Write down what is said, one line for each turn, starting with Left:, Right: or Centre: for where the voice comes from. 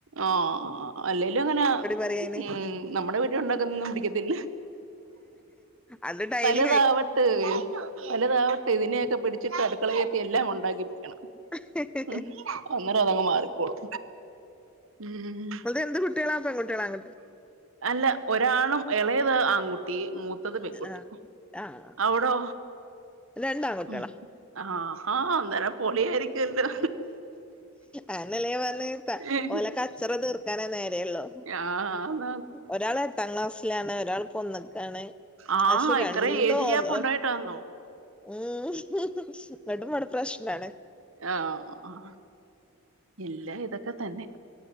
Right: ആഹ് അല്ലേലും അങ്ങനാ
Centre: പറയാ അയിന്
Right: ഉം നമ്മടെ വീട്ടി ഉണ്ടാക്കുന്നൊന്നും പിടിക്കത്തില്ല
Centre: അന്നിട്ട് അയില്
Right: വല്താവട്ട് വല്താവട്ട് ഇതിനെയൊക്കെ പിടിച്ചിട്ട് അടുക്കളേ കേറ്റി എല്ലാം ഉണ്ടാക്കിപ്പിക്കണം
Centre: ഹ, ഹ, ഹ.
Right: ഉം അന്നേരം അതങ്ങ് മാറിക്കോളും ഉം
Centre: ഇങ്ങത് എന്ത് കുട്ടികളാ പെകുട്ടികളാ ആകുട്ടി
Right: അല്ല ഒരാണും എളേത് ആൺക്കുട്ടി മൂ ത്തത് പെൺക്കുട്ടി
Centre: ആഹ് ആഹ്
Right: അവിടോ
Centre: രണ്ടാൺകുട്ടികളാ
Right: ഉം ആഹ് ഹാ അന്നേരം പൊളിയായിരിക്കുവല്ലോ
Centre: ആയന്നല്ലേ ഞാപറഞ്ഞ്
Right: ആഹ്
Centre: ഓലെ കച്ചറ തീർക്കാനെ നേരെയൊള്ളൂ
Right: ആഹ് ആന്ന്
Centre: ഒരാള് എട്ടാം ക്ലാസ്സിലാണ് ഒരാള് പ്പൊന്ന്ക്കാണ്
Right: ആഹ്
Centre: പക്ഷെ രണ്ടും
Right: ഇത്ര ഏജ് ഗ്യാപ്പ് ഉണ്ടായിട്ടാന്നോ
Centre: ഉം ന്നിട്ടുംവടെ പ്രശ്നാണ്
Right: ആഹ് എല്ലാ ഇതൊക്കെ തന്നെ